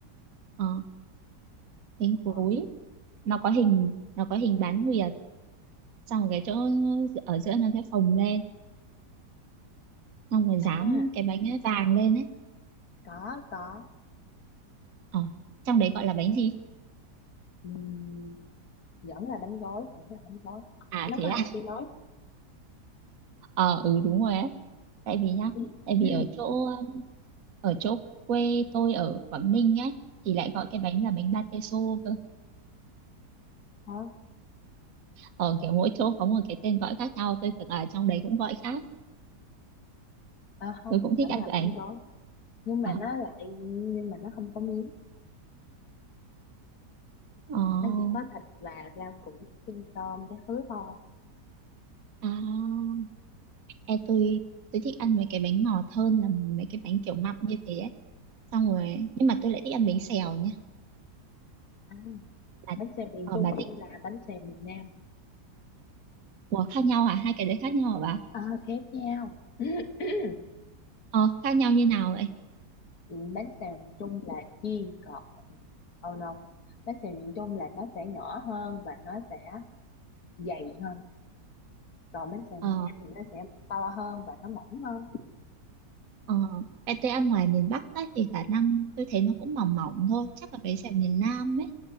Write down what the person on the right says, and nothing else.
Ờ, bánh gối.
Nó có hình, nó có hình bán nguyệt xong rồi cái chỗ ở giữa nó sẽ phồng lên xong rồi dán
cái bánh ấy vàng lên ấy
ờ trong đấy gọi là bánh gì
à
thế
à
<laughs> ờ ừ đúng rồi ấy tại vì nhá
tại
vì ở chỗ um, ở chỗ quê tôi ở Quảng Ninh ấy thì lại gọi cái bánh là bánh ba tê xô cơ
ở kiểu mỗi chỗ có một cái tên gọi khác nhau tôi tưởng ở trong đấy cũng gọi khác
tôi cũng
thích ăn
bánh
ờ
ờ
à e tôi tôi thích ăn mấy cái bánh ngọt hơn là mấy cái bánh kiểu mặn như thế ấy. xong rồi nhưng mà tôi lại thích ăn bánh xèo nhá
Bà,
ờ,
bà thích
Ủa, khác nhau hả? Hai cái đấy khác nhau hả bà?
Ờ, khác nhau như nào vậy?
Ờ,
ờ, cái tôi ăn ngoài miền Bắc ấy, thì khả năng tôi thấy nó cũng mỏng mỏng thôi. Chắc là bánh xèo miền Nam ấy.